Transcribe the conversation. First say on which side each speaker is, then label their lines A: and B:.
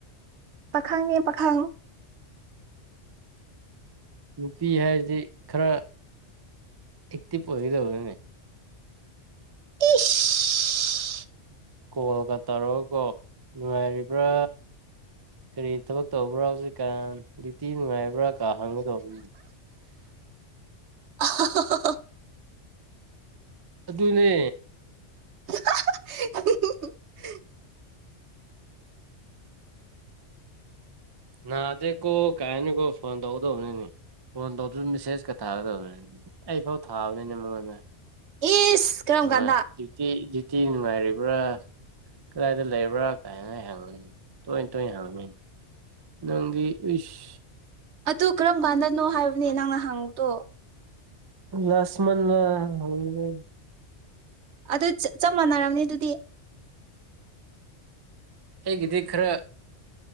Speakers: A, on the right; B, on the right.
A: ꯄꯥꯈꯥꯡꯉꯦ ꯄꯥꯈꯥꯡꯉ
B: ꯅꯨꯨꯄꯤ ꯍꯥꯏꯗꯤ ꯈꯔ ꯑꯦꯛꯇꯤꯚ ꯑꯣꯏꯒꯗꯧꯕꯅꯦ
A: ꯈꯨꯁ
B: ꯀꯣꯜꯒ ꯇꯧꯔꯣꯀꯣ ꯅꯨꯡꯉꯥꯏꯔꯤꯕ꯭ꯔꯥ ꯀꯔꯤ ꯊꯕꯛ ꯇꯧꯕ꯭ꯔꯥ ꯍꯧꯖꯤꯛꯀꯥꯟ ꯭ꯌꯇꯤ ꯅꯨꯡꯉꯥꯏꯕ꯭ꯔꯥ ꯀꯥ ꯍꯪꯒꯗꯧꯕꯅꯤꯅꯦ
A: ꯑꯍꯍꯍꯍ꯫
B: ꯑꯗꯨꯅꯦ꯫
A: <unintelligible>
B: ꯅꯥꯗꯦꯀꯣ ꯀꯥꯏꯅꯀꯣ ꯐꯣꯟ ꯇꯧꯒꯗꯧꯕꯅꯤꯅꯦ ꯐꯣꯟ ꯇꯧꯗꯁꯨ ꯃꯦꯁꯦꯖꯀ ꯊꯥꯒꯗꯕꯅꯤ ꯑꯩ ꯐꯥꯎ ꯊꯥꯕꯅꯤꯅ ꯃꯉꯣꯟꯗ꯫
A: ꯏꯁ ꯀꯔꯝ ꯀꯥꯟꯗ
B: ꯑ ꯇꯤꯇꯤ ꯗꯤꯇꯤ ꯅꯨꯡꯉꯥꯏꯔꯤ ꯕ꯭ꯔ ꯀꯗꯥꯏꯗ ꯂꯩꯕ꯭ꯔꯥ ꯀꯥꯏꯅ ꯍꯪꯉꯤ ꯇꯣꯏꯅ ꯇꯣꯏꯅ ꯍꯪꯅꯤ꯫ ꯅꯪꯗꯤ ꯏꯁ꯫
A: ꯑꯗꯨ ꯀꯔꯝ ꯀꯥꯟꯗꯅꯣ ꯍꯥꯏꯕꯅꯦ ꯅꯪꯅ ꯍꯪꯕꯗꯣ꯫
B: ꯂꯥꯁ ꯃꯟꯂꯥ <unintelligible>
A: ꯑꯗꯨ ꯆꯞ ꯃꯥꯟꯅꯔꯕꯅꯤ ꯑꯗꯨꯗꯤ꯫
B: ꯑꯩꯒꯤꯗꯤ ꯈꯔ